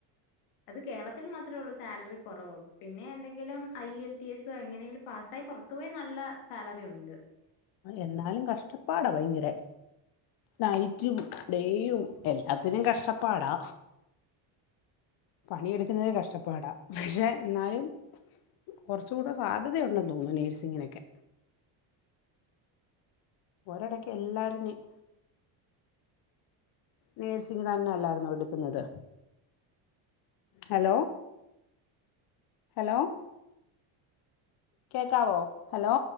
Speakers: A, on the left; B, on the left.
A: <inaudible> അത് കേരളത്തിൽ മാത്രേ ഉള്ളൂ സാലറി കുറവ് പിന്നെ എന്തെങ്കിലും ഐ ഇ എൽ ടി എസോ എങ്ങനെയെങ്കിലും പാസ്സായി <unintelligible> <unintelligible> നല്ല സാലറി ഉണ്ട്.
B: എന്നാലും കഷ്ടപ്പാടാ ഭയങ്കര നൈറ്റും ഡേയും എല്ലാത്തിനും കഷ്ടപ്പാടാ പണിയെടുക്കുന്നതേ കഷ്ടപ്പാടാ പക്ഷെ എന്നാലും കുറച്ചുടെ സാലറി ഉണ്ടെന്ന് തോന്നുന്നു നഴ്സിങ്ങിനോക്കെ ഒരെടക്ക് എല്ലാരും <unintelligible> നേഴ്സിംഗ് തന്നെയല്ലാരുന്നോ എടുക്കുന്നത് ഹലോ ഹലോ കേക്കാവോ ഹലോ